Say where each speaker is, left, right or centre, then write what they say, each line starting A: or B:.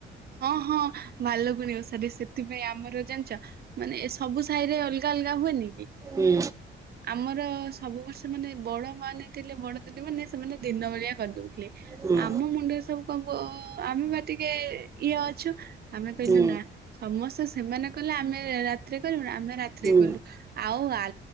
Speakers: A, on the right; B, on the right.
A: ହଁ ହଁଭକୁକୁଣି ଓଷା ରେ ସେଥିପାଇଁ ଆମର ଜାଣିଛ ମାନେ ଏସବୁ ସବୁ ସାାଇରେ ଅଲଗା ଅଲଗା ହୁଏନି କି
B: ହୁଁ
A: ଆମର ସବୁ ବର୍ଷ ମାନେ ବଡ ମାନେ ଥିଲେ ବଡ ଦିଦି ମାନେ ସେମାନେ ଦିନ ବେଳିଆ କରିଦଉଥିଲେ
B: ହୁଁ
A: ଆମ ମୁଣ୍ଡରେ ସବୁ କଣ ଆମେ ବା ଟିକେ ଇଏ ଅ ଛୁ ଆମେ କହିଲୁ
B: ହୁଁ
A: ନା ସମସ୍ତେ ସେମାନେ କହିଲେ ଆମେ ରାତିରେ କରିବ ଆମେ ରାତିରେ
B: ହୁଁ
A: କଲୁ ଆଉ ଆ